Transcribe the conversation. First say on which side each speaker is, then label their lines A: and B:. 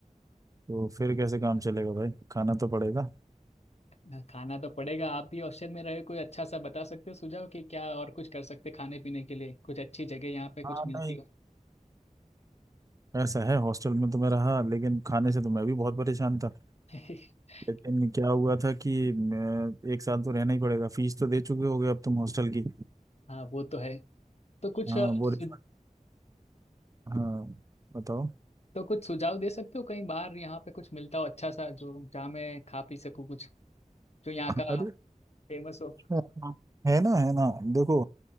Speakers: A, on the right; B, on the left.
A: तो फिर कैसे काम चलेगा भाई खाना तो पड़ेगा
B: ना खाना तो पड़ेगा आप भी हॉस्टल में रहे कोई अच्छा सा बता सकते हो सुझाव कि क्या और कुछ कर सकते खाने पीने के लिए कुछ अच्छी जगह यहाँ पे कुछ
A: हाँ
B: मिलती
A: नहीं
B: हो
A: ऐसा है हॉस्टल में तो मैं रहा लेकिन खाने से तो मैं भी बहुत परेशान था
B: <laughs>
A: लेकिन क्या हुआ था कि मैं एक साल तो रहना ही पड़ेगा फीस तो दे चुके होगे अब तुम हॉस्टल की
B: हाँ वो तो है तो कुछ
A: हाँ
B: सुझाव
A: वो रिफंड हाँ बताओ
B: तो कुछ सुझाव दे सकते हो कहीं बाहर यहाँ पे कुछ मिलता हो अच्छा सा जो जहाँ मैं खा पी सकूँ कुछ जो यहाँ
A: <laughs>
B: का
A: अरे
B: फेमस हो
A: हाँ, है ना है ना देखो